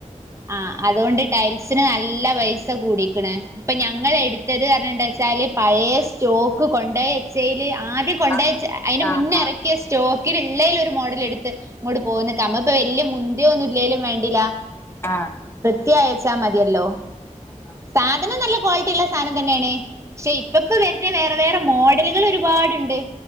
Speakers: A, on the right (about 20°); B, on the left (about 20°).
A: ആ അതുകൊണ്ട് ടൈൽസിന് നല്ല പൈസ കൂടിക്കണ് ഇപ്പൊ ഞങ്ങൾ എടുത്തത് കാരണം എന്താ വച്ചാല് പഴയ സ്റ്റോ സ്റ്റോക്ക് കൊണ്ടോയി വെച്ചയിൽ ആദ്യം കൊണ്ടോയിവച്ച
B: ആ
A: അതിന്
B: ആ
A: മുന്ന് ഇറക്കിയ സ്റ്റോക്ക് ക്കിൽ ഉള്ളേല് ഒരു മോഡൽ എടുത്ത് ഇങ്ങോട്ട പോന്ന് നമ്മക്ക് ഇപ്പൊ വലിയ മുന്തിയ ഒന്നും ഇല്ലേലും വേണ്ടില്ലാ
B: ആ
A: ക്കി അയച്ചാ മതിയല്ലോ
B: ആ ആ
A: സാധനം നല്ല ക്വാളിറ്റി ഉള്ള സാധനം തന്നെയാണ് പക്ഷെ ഇപ്പ ഇപ്പ വരുന്നെ വേറെ വേറെ മോഡലുകൾ ഒരുപാടുണ്ട്